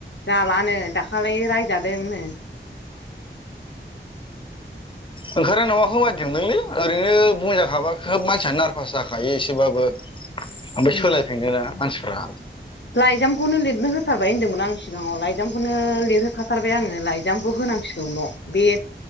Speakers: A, on the left; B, on the left.
A: जालानो दाखालि रायजादोंनो।
B: ओंखारनाय नङाखौ बायदि मोनदोंलै। ओरैनो बुंजाखाबा खोब मानसिया नारभास जाखायो एसेबाबो। ओमफ्राय
A: उम
B: सोलायफिनोना मानसिफ्रा
A: लाइजामखौनो लिरनो होथारबाय होन्दोंमोन आं सिगाङाव लाइजामखौनो लिरहोखाथारबाय आंङो लाइजामखौ हो होनांसिगौल बे